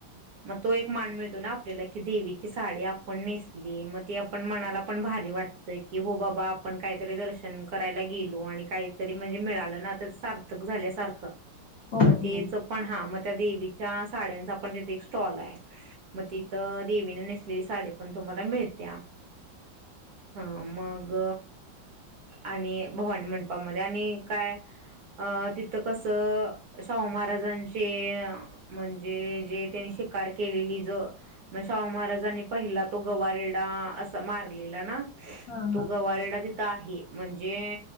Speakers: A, on the right; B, on the left.
A: मग तो एक मान मिळतो ना आपल्याला की देवीची साडी आपण नेसली मग ती आपण मनाला पण भारी वाटतं की हो बाबा आपण काहीतरी दर्शन करायला गेलो आणि काहीतरी म्हणजे मिळालं ना त्या सार्थक झाल्यासारखं
B: हो
A: मग
B: हो
A: तेच पण हा म त्या देवीच्या साड्यांचा आपण तथे एक स्टॉल आहे मग तिथं देवी साडी पण तुम्हाला मिळत्या ह मग आणि भवानी म्हपामध्येध्ये आणि काय अ तिथं कसं शाहू महाराजांचे म्हणजे जे त्यांनी शिकार केलेली ज मग शाहू महाराजांनी पहिला तो गवारडा अस मारलेला ना
B: हा
A: तो
B: हा
A: गवारेडा तिथं आहे म्हणजे